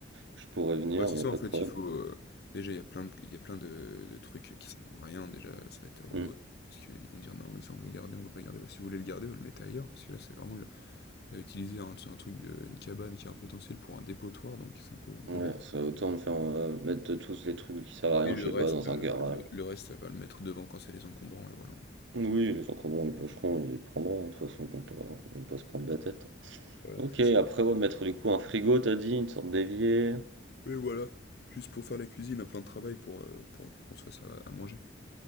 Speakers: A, on the right; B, on the left.
A: je pourrais venir,
B: Ouais, c'est
A: il n'y
B: ça
A: a pas
B: en fait,
A: de problème.
B: il faut. euh, déjà, il y a plein de, il y a plein de, de trucs qui servent à rien. Déjà, ça va être relou.
A: Mm.
B: hein, Parce qu'ils vont dire non, mais ça on veut garder, on veut pas garder. Bah, si vous voulez le garder, vous le mettez ailleurs. Parce que là, c'est vraiment le- euh, utiliser un, un truc, euh, une cabane qui a un potentiel pour un dépotoir. Donc c'est un peu, un peu
A: Ouais,
B: bête.
A: ça autant me faire euh, mettre tous les trucs qui servent à rien,
B: Et le
A: je sais
B: reste,
A: pas, dans
B: euh,
A: un garage.
B: le, le reste, ça va le mettre devant quand c'est les encombrants. Et voilà.
A: Oui, les gens qui ont bon, ils bosseront, ils prendront, hein, de toute façon, ils vont pas, ils vont pas se prendre la tête. hein.
B: Ouais,
A: Ok,
B: c'est
A: après,
B: ça.
A: ouais, mettre du coup un frigo, t'as dit, une sorte d'évier.
B: Et voilà. Juste pour faire la cuisine, un plan de travail pour, euh, pour, pour qu'on se fasse à, à manger.